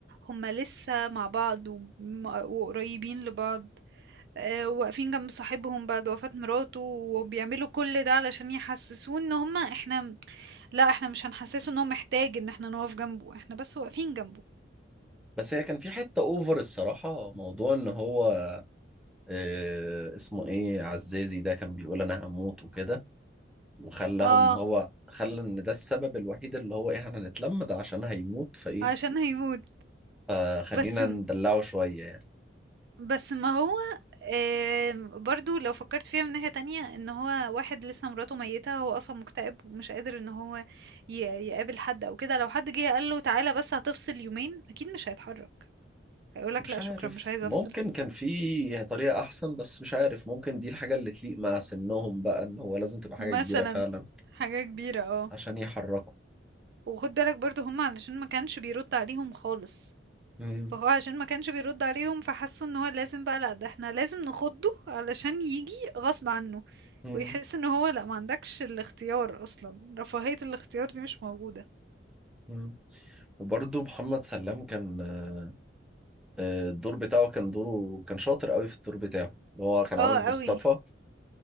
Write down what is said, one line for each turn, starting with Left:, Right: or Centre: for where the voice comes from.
Right: هما لسه مع بعض وم- وقريبين لبعض آه، واقفين جنب صاحبهم بعد وفاة مراته وبيعملوا كل ده علشان يحسسوه ان هما احنا لا احنا مش هنحسسه ان هو محتاج ان احنا نقف جنبه احنا بس واقفين جنبه
Centre: بس هي كان في حتة اوفر الصراحة موضوع ان هو آه، اسمه ايه عزازي ده كان بيقول انا هموت وكده وخلاهم
Right: اه
Centre: ان هو خلى ان ده السبب الوحيد اللي هو ايه احنا هنتلم ده عشان هيموت فايه
Right: عشان هيموت
Centre: آه، خلينا
Right: بس
Centre: ندلعه شوية يعني
Right: بس ما هو آم، برضو لو فكرت فيها من ناحية تانية ان هو واحد لسه مراته ميتة هو اصلا مكتئب ومش قادر ان هو ي- يقابل حد او كده لو حد جه قال له تعالى بس هتفصل يومين اكيد مش هيتحرك هيقولك
Centre: مش
Right: لا
Centre: عارف
Right: شكرا مش عايز
Centre: ممكن
Right: افصل
Centre: كان في طريقة احسن بس مش عارف ممكن دي الحاجة اللي تليق مع سنهم بقى ان هو لازم تبقى حاجة
Right: مثلا
Centre: كبيرة فعلا
Right: حاجة كبيرة اه
Centre: عشان يحركوا
Right: وخد بالك برضو هم علشان ما كانش بيرد عليهم خالص
Centre: مم.
Right: فهو عشان ما كانش بيرد عليهم فحسوا ان هو لازم بقى لأ ده احنا لازم نخضه علشان ييجي غصب عنه
Centre: مم.
Right: ويحس ان هو لأ ما عندكش الاختيار اصلا رفاهية الاختيار دي مش موجودة
Centre: مم. وبرضه محمد سلام كان آه، آه، الدور بتاعه كان دوره كان شاطر قوي في الدور بتاعه اللي هو كان عامل
Right: اه
Centre: مصطفى
Right: قوي